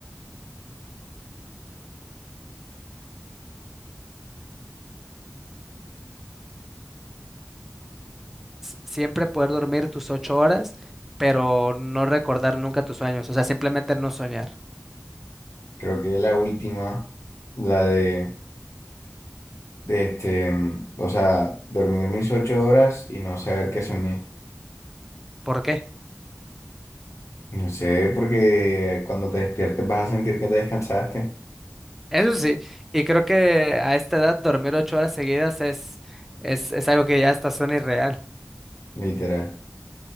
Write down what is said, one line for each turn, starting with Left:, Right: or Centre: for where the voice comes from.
Centre: siempre poder dormir tus ocho horas, pero no recordar nunca tus sueños, o sea, simplemente no soñar.
Left: Creo que es la última, la de... de este, o sea, dormir mis ocho horas y no saber que soñé.
Centre: ¿Por qué?
Left: No sé, porque cuando te despiertes vas a sentir que te descansaste,
Centre: Eso sí, y creo que a esta edad dormir ocho horas seguidas es, es, es algo que ya hasta suena irreal.
Left: literal.